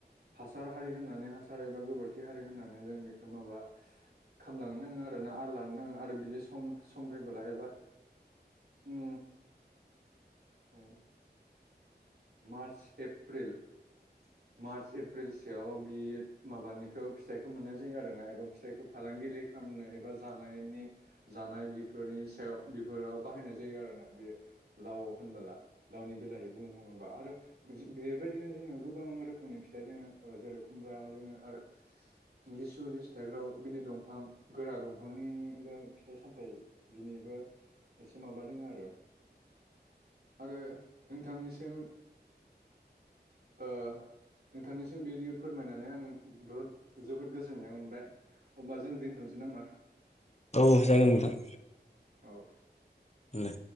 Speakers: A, on the right; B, on the left.
A: हासार हारि होननानै हासार एबा गोबोरखि हारि होननानै जों बेखौ माबा खामलांनो नांङा आरो ना आरो लानो नांङा आरो बिदि सम सम फैबोला एबा अम औ मार्च एप्रिल
B: <inaudible>
A: मार्च एप्रिल सयाव बि माबानिखौ फिथाइखौ मोननाय जायो आरो ना एबा फिथाइखौ फालांगिरि खालामनो एबा जानायनि जानाय बेफोरनि सायाव बेफोराव बाहायनाय जायो आरोना बे लाव होनबोला लावनि बेलाहै बुं बुंङोबा आरो बेबायदिनो जोंङो गोबां रोखोमनि फिथाइ दोंङो जेरै खुमब्रा दोंङो आरो। लिसु लिसु थाइग्राव बिदि दंफां गोरा दंफांनिबो फिथाइ सामथायाइ बिनिबो एसे माबादों आरो आरो नोंथांनिसिम ओ नोंथांनिसिम बिदि फोरमायनानै आं बुहुद जोबोद गोजोननाय मोनबाय अब्ला जों दोनथ'नोसै नामा?
B: औ जागोन नोंथां।
A: औ।
B: दे